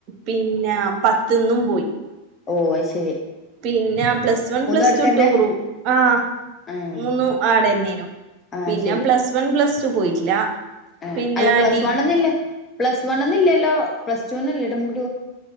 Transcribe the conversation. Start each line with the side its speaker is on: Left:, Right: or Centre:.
Right: പിന്ന പത്ത്ന്നും പോയി.
Left: ഓഹ് അയ് ശെ
Right: പിന്നാ പ്ലസ് വൺ പ്ലസ്
Left: അടുക്കന്നെ
Right: ടു ടൂറു ആഹ്
Left: ആഹ്
Right: മൂന്നു ആടെന്നെനു
Left: ആഹ്
Right: പിന്നെ
Left: ശരി
Right: പ്ലസ് വൺ പ്ലസ് ടു പോയിട്ടില്ല.
Left: ഏഹ്
Right: പിന്നെ
Left: അല്ല പ്ലസ്
Right: ഡി
Left: വണ്ന്നില്ല പ്ലസ് വണ്ന്നില്ലല്ലോ പ്ലസ് ടൂന്നല്ലേ <unintelligible>